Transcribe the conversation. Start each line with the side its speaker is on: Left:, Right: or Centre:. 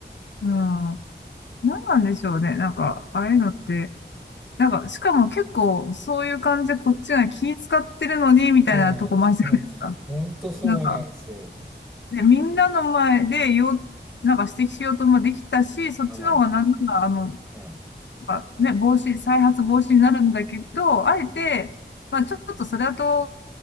Left: <laughs> うん。何なんでしょうね。なんか、ああいうのって、なんか、しかも結構、そういう感じでこっちが気使ってるのに、みたいなとこもあるじゃないですか。
Centre: そうなんです。そう、ほんとそうなんですよ。
Left: なんか、で、みんなの前でよ、なんか指摘しようともできたし、そっちの方がなんなら、
Centre: はい、
Left: あの、
Centre: はい。
Left: まあね、防止、再発防止になるんだけど、あえて、
Centre: うん
Left: まあ、ちょっとそれだと